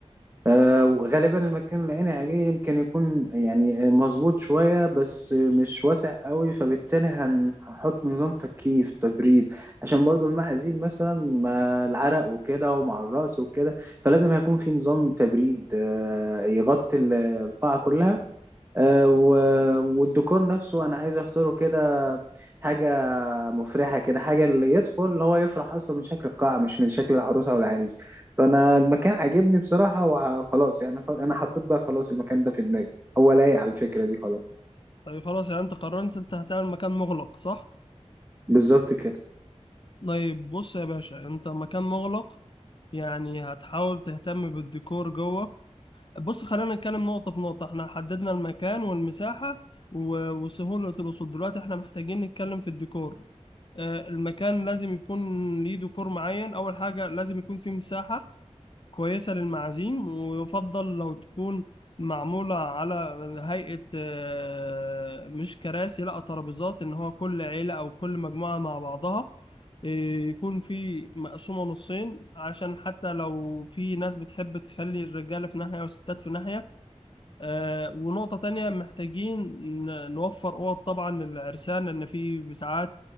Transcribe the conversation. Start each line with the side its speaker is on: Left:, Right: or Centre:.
Right: آه، وغالبا المكان اللي أنا عليه يمكن يكون يعني آه، مظبوط شوية بس آه، مش واسع قوي فبالتالي هن- هنحط نظام تكييف تبريد عشان برضو المعازيم مثلا ما العرق وكده ومع الرأس وكده فلازم هيكون في نظام تبريد آه، يغطي ال- القاعة كلها آه، و- والديكور نفسه أنا عايز أختاره كده حاجة مفرحة كده حاجة اللي يدخل اللي هو يفرح أصلا من شكل القاعة مش من شكل العروسة أو العريس فأنا المكان عاجبني بصراحة وخلاص يعني خ- أنا حطيت بقى خلاص المكان ده في دماغي هو لايق على الفكرة دي خلاص
Left: طيب خلاص يعني انت قررت انت هتعمل مكان مغلق صح؟
Right: بالظبط كده
Left: طيب بص يا باشا انت مكان مغلق يعني هتحاول تهتم بالديكور جوه بص خلينا نتكلم نقطة في نقطة احنا حددنا المكان والمساحة و- وسهولة الوصول دلوقتي احنا محتاجين نتكلم في الديكور آه، المكان لازم يكون ليه ديكور معين اول حاجة لازم يكون فيه مساحة كويسة للمعازيم ويفضل لو تكون معمولة على هيئة آه، مش كراسي لا ترابيزات إن هو كل عيلة أو كل مجموعة مع بعضها آه، يكون في مقسومة نصين عشان حتى لو في ناس بتحب تخلي الرجالة في ناحية والستات في ناحية آه، ونقطة تانية محتاجين ن- نوفر أوض طبعا للعرسان لأن في ساعات